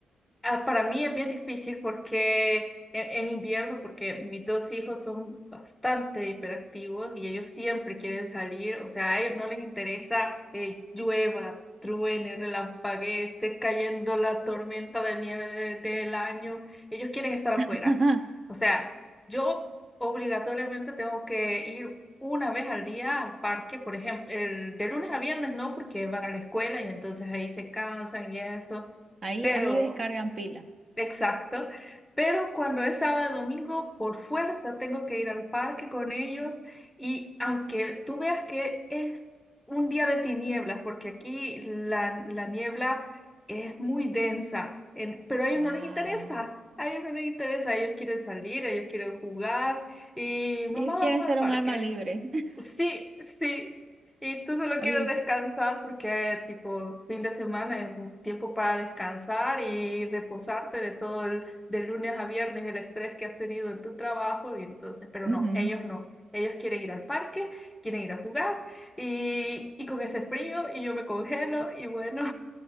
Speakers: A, on the left; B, on the right.
A: Ah, para mí es bien difícil porque en, en invierno, porque mis dos hijos son bastante hiperactivos y ellos siempre quieren salir, o sea, a ellos no les interesa eh, llueva, truene, relampaguee, esté cayendo la tormenta de nieve de- del año, ellos quieren estar afuera.
B: <laughs>
A: O sea, yo obligatoriamente tengo que ir una vez al día al parque, por ejemplo, el, de lunes a viernes no, porque van a la escuela y entonces ahí se cansan y eso.
B: ahí,
A: Pero
B: ahí descargan pila.
A: Exacto. Pero cuando es sábado domingo, por fuerza tengo que ir al parque con ellos. Y aunque tú veas que es un día de tinieblas, porque aquí la, la niebla es muy densa, en- pero a ellos
B: Wow.
A: no les interesa. A ellos no les interesa. Ellos quieren salir, ellos quieren jugar. Y mamá,
B: Ellos quieren
A: vamos
B: ser
A: al parque.
B: un arma libre. <laughs>
A: Sí, sí. Y tú solo
B: Oye,
A: quieres descansar porque, tipo, fin de semana es un tiempo para descansar y reposarte de todo el, de lunes a viernes, el estrés que has tenido en tu trabajo. Y entonces, pero
B: ujú.
A: no, ellos no. Ellos quieren ir al parque, quieren ir a jugar y, y con ese frío y yo me congelo y bueno.